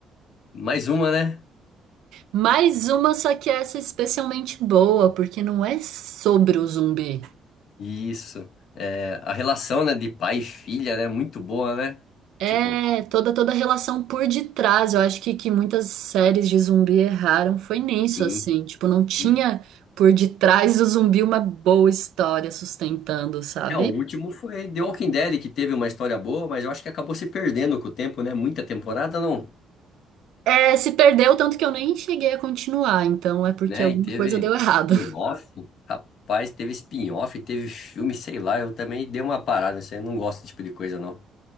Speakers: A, on the left; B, on the right.
A: Mais uma, né?
B: Mais uma, só que essa é especialmente boa, porque não é sobre o zumbi.
A: Isso. É, a relação, né, de pai e filha, né, muito boa, né?
B: É
A: Tipo,
B: toda toda a relação por detrás. Eu acho que, que muitas séries de zumbi erraram foi nisso,
A: sim.
B: assim. Tipo, não tinha
A: E-
B: por detrás do zumbi uma boa história sustentando, sabe?
A: É, o último foi The Walking Dead, que teve uma história boa, mas eu acho que acabou se perdendo com o tempo, né? Muita temporada, não.
B: É, se perdeu tanto que eu nem cheguei a continuar, então é porque
A: Né?
B: alguma
A: E teve
B: coisa deu errado.
A: spin-off.
B: <laughs>
A: Rapaz, teve spin-off, teve filme, sei lá. Eu também dei uma parada, isso aí. eu Não gosto desse tipo de coisa, não.